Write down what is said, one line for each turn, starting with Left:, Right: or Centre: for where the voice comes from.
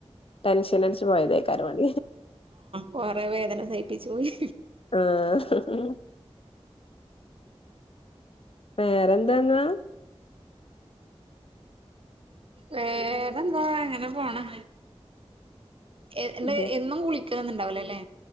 Left: ടെൻഷൻ അടിച്ച് പോയതായിരിക്കും കാരണം
Right: കൊറെ വേദന സഹിപ്പിച്ചു പോയി
Left: ആഹ് വേറെന്താന്നാ
Right: വേറെന്താ അങ്ങനെ പോണ് എ എന്ത്
Left: ഇത്
Right: എന്നും കുളിക്കലൊന്നുണ്ടാവൂലാല്ലെ?